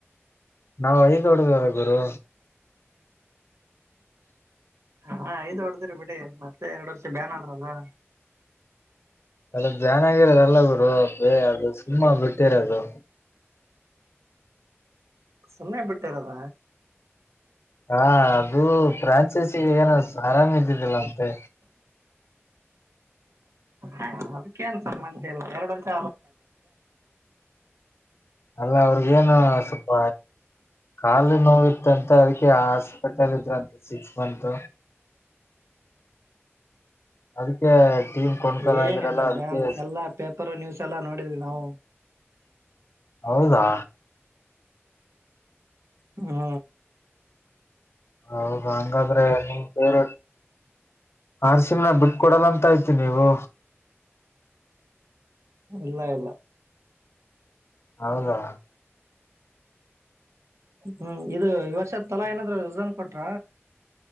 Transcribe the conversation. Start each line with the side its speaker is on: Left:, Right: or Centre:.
Left: ನಾವ್ ಐದ್ ಹೊಡದವರ ಗುರು
Right: ಹಾ ಐದು್ ಹೊಡದಿರಿ ಬಿಡಿ ಮತ್ತೆ ಎರಡ್ ವರ್ಷ ಬ್ಯಾನ್ ಅಂದ್ರಲ್ವಾ
Left: ಸ್ಲ್ಪ ಜಾನಾಗಿರೋದಲ್ಲ ಗುರು ಅೇ ಅದು ಸುಮ್ಮ ಬಿಟ್ಟಿರದು
Right: ಸುಮ್ಮನೆ ಬಿಟ್ಟಾರಲ್ಲ
Left: ಹಾ ಅದು ಫ್ರಾಂಚೈಸಿಗೆ ಏನ ಆರಾಮ ಇದ್ದಿದ್ದಿಲ್ಲ ಅಂತೆ
Right: ಹಾ ಅದಕ್ಕೇನ್ಸ ಮಂ ಇಲ್ಲ ಎರಡು ವರ್ಷ
Left: ಅಲ್ಲ ಅವ್ರಿಗೇನು ಸ್ವಲ್ಪ ಕಾಲು ನೋವಿಿತ್ತ ಅಂತ ಅದಕ್ಕೆ ಆಸ್ಪೆಟಲ್ ಂತ ಸಕ್ಸ್ ಮಂತ್ ಅದಕ್ಕೆ ಟೀಮ್ ಕೊಂಡ್ಕದಾಗಿರಲ್ಲ
Right: ಏನಿಲ್ಲ
Left: ಅದಕ್ಕೆ
Right: ಬ್ಯಾನ್ ಎಲ್ಲಾ ಪೇಪರ್ ನ್ಯೂಸ್ ಎಲ್ಲಾ ನೋಡಿದ್ವಿ ನಾವು
Left: ಹೌದಾ
Right: ಹ್ಮ
Left: ಹೌದು ಹಂಗಾದ್ರೆ ನಿಮ ೇವ್ರಟ್ ಆರ್ಸಿಮನ ಬಿಟ್ಟ ಕೊಡಲ್ಲ ಅಂತ ಐ್ತಿ ನೀವು
Right: ಇಲ್ಲ ಇಲ್ಲ
Left: ಹೌದಾ
Right: ಹ್ಮ್ ಇದು ಈ ವರ್ಷದ ತಲಾ ಏನಾದ್ರುಝನ್ ಕೊಟ್ರ